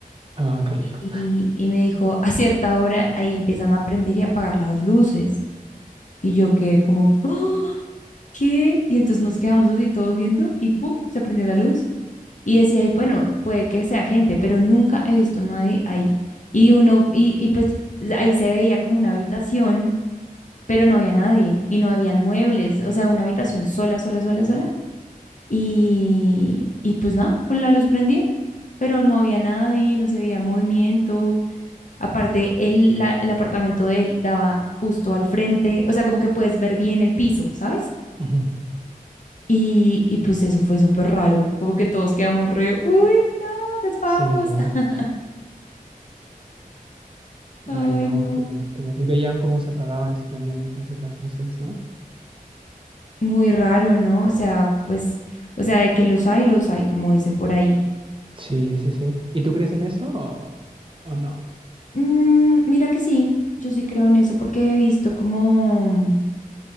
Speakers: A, on the right; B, on the left.
A: Ah, qué rico.
B: Y, y me dijo, a cierta hora ahí empiezan a prender y apagar las luces. Y yo quedé como, "Ah, ¿qué? Y entonces nos quedamos así todos viendo y ¡pum! se prendió la luz. Y decía, ahí, bueno, puede que sea gente, pero nunca he visto a nadie ahí. Y uno, y, y pues ahí se veía como una habitación, pero no había nadie y no habían muebles, o sea, una habitación sola, sola, sola, sola Y, y pues nada, con la luz prendida, pero no había nadie, no se veía movimiento. Aparte, el, la- el apartamento de él daba justo al frente, o sea, como que puedes ver bien el piso, ¿sabes?
A: <laughs> Ujú.
B: Y, y pues eso fue súper raro, como que todos quedamos re, uy, no, nos vamos.
A: Sí, no.
B: <laughs> Ay,
A: Ay, no,
B: no,
A: qué miedo, qué miedo. Y veían cómo se apagaban y se prendían entonces las luces, ¿no?
B: muy raro, ¿no? O sea, pues, o sea, de que los hay, los hay, como dicen por ahí.
A: Sí, sí, sí. ¿Y tú crees en eso o, o no?
B: Mm, mira que sí, yo sí creo en eso porque he visto como...